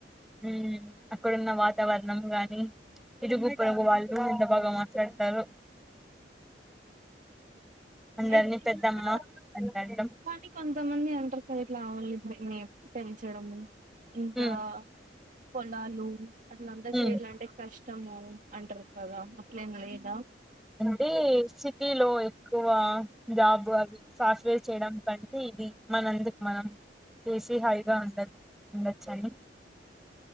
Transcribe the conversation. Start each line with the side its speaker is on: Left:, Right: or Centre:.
Centre: మ్ అక్కడున్న వాతావరణం గాని ఇరుగు పొరుగు వాళ్ళు ఎంత బాగా మాట్లాడ్తారో అందరినీ
Right: అయితే
Centre: పెద్దమ్మ
Right: కూడా
Centre: అంట అంటాం
Right: కానీ కొంతమంది అంటరు ట ఇట్లా ఆవుల్ని మే పెంచడము ఇంకా
Centre: మ్మ్
Right: పోలాలు అట్లంతా
Centre: మ్మ్
Right: చెయ్యాలంటే కష్ ఇష్టము అంటారు కదా అట్లే ఏందా
Centre: అంటే సిటీలో ఎక్కువ జాబ్ అవి సాఫ్ట్వేర్ చేయడం కంటే ఇది మనందుకు మనం చేసి హాగా ఉండ ఉండచ్చు అని